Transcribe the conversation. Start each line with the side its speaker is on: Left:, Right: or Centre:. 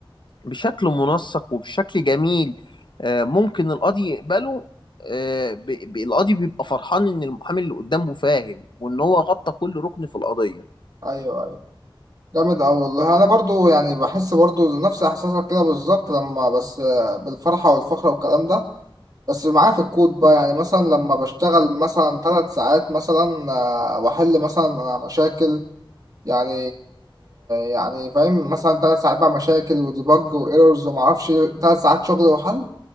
Left: بشكل منسق وبشكل جميل آه، ممكن القاضي يقبله آه، ب- ب- القاضي بيبقى فرحان ان المحامي اللي قدامه فاهم وان هو غطى كل ركن في القضية
Right: ايوه ايوه جامد أوي والله أنا برضو يعني بحس برضو نفس إحساسك كده بالظبط لما بس بالفرحة والفخر والكلام ده بس معايا في الكود بقى يعني مثلا لما بشتغل مثلا ثلاث ساعات مثلا آه، وأحل مثلا مشاكل يعني يعني فاهم مثلا ثلاث ساعات بقى مشاكل وديبج وإيرورز ومعرفش ثلاث ساعات شغل وحل